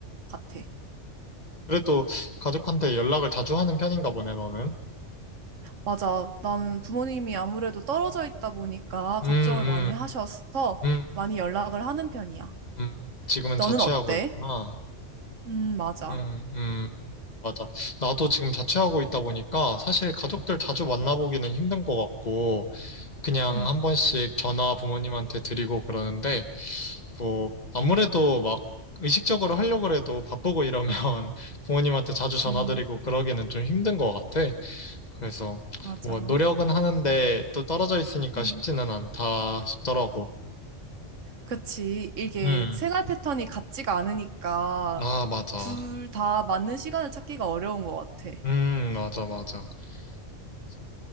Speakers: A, on the right (about 80°); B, on the left (about 35°).
A: 같아.
B: 그래도 가족한테 연락을 자주 하는 편인가 보네, 너는.
A: 맞아. 나는 부모님이 아무래도 떨어져 있다 보니까 걱정을
B: 음, 음,
A: 많이 하셔서
B: 음,
A: 많이 연락을 하는 편이야.
B: 음. 지금은
A: 너는
B: 자취하고
A: 어때?
B: 있구나.
A: 음, 맞아.
B: 음, 음. 맞아. 나도 지금 자취하고 있다 보니까 사실 가족들 자주 만나보기는 힘든 것 같고, 그냥
A: 음,
B: 한 번씩 전화 부모님한테 드리고 그러는데, 뭐 아무래도 막 의식적으로 하려고 해도 바쁘고 이러면 <laughs> 부모님한테 자주 전화드리고
A: 음,
B: 그러기는 좀 힘든 것 같아. 그래서
A: 맞아.
B: 뭐 노력은 하는데 또 떨어져 있으니까
A: 음.
B: 쉽지는 않다 싶더라고.
A: 그치. 이게
B: 음,
A: 생활 패턴이 같지가 않으니까
B: 아, 맞아.
A: 둘 다 맞는 시간을 찾기가 어려운 것 같아.
B: 음, 맞아, 맞아. 그래서